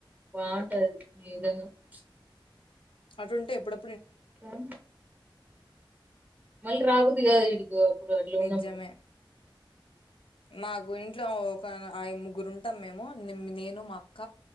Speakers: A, on the right; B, on the left.
A: బా ఉంటది నిజంగా చ్
B: అటుంటే ఎప్పుడో
A: ఉమ్ మల్ రాబుద్ది గాదు ఇడికో ఉప్పుడు అట్ల
B: నిజమే
A: ఉన్నమ్
B: మాకు ఇంట్లో ఒక న ఐ ముగ్గురుంటాం మేము నిమ్ నేను మా అక్క